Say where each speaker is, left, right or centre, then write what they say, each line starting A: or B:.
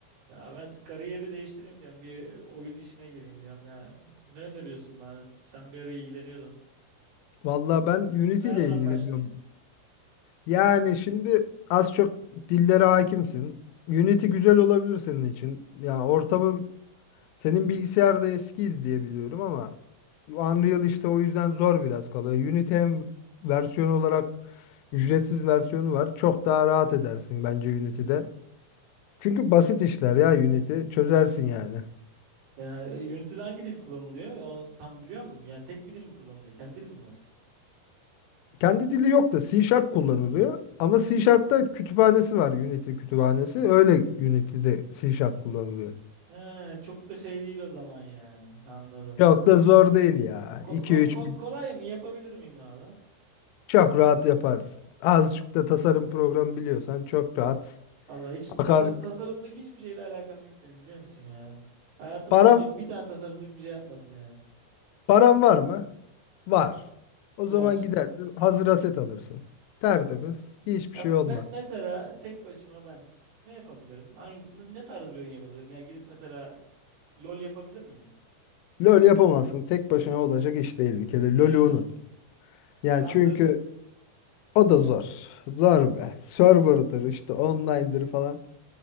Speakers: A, on the right; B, on the left.
A: Ya ben kariyeri değiştireyim diyorum. Bir oyun işine gireyim diyorum ya. Ne öneriyorsun bana? Sen bir ara ilgileniyordun.
B: Vallahi ben Unity
A: Nereden
B: ile ilgileniyorum.
A: başlayayım?
B: Yani şimdi az çok dillere hakimsin. Unity güzel olabilir senin için. Ya ortamı Senin bilgisayar da eskiydi diye biliyorum ama Unreal işte o yüzden zor biraz kalıyor. Unity hem versiyon olarak ücretsiz versiyonu var. Çok daha rahat edersin bence Unity'de. Çünkü basit işler ya Unity çözersin yani.
A: Ya Unity'de hangi dil kullanılıyor? O tam biliyor musun? Yani tek bir dil mi kullanılıyor? Kendi dil mi var?
B: Kendi dili yok da C Sharp kullanılıyor. Ama C Sharp'ta kütüphanesi var Unity kütüphanesi. Öyle Unity'de C Sharp kullanılıyor.
A: He, çok da şey değil o zaman yani. Anladım.
B: Çok da zor değil ya.
A: Ko-
B: 2-3
A: ko- ko- kolay mı? Yapabilir miyim abi?
B: çok rahat yaparsın. Azıcık da tasarım programı biliyorsan çok rahat.
A: Vallahi hiç tasar
B: Akar,
A: tasarımlık hiçbir şeyle alakam yok benim biliyor musun ya? Hayatım
B: Para
A: boyunca bir tane tasarımlık bir şey yapmadım ya.
B: Paran var mı? Var. O
A: Var.
B: zaman gidersin hazır aset alırsın. Tertemiz. Hiçbir
A: Ya
B: şey olmaz.
A: me- mesela tek başıma ben ne yapabilirim? Hangi, n- ne tarz bir oyun yapabilirim? Yani gidip mesela LOL yapabilir miyim?
B: LoL yapamazsın. Tek başına olacak iş değil bir kere.
A: Değil
B: LoL'ü
A: mi?
B: unut. Yani
A: Counter.
B: çünkü o da zor. Zor be. Server'dır işte online'dır falan.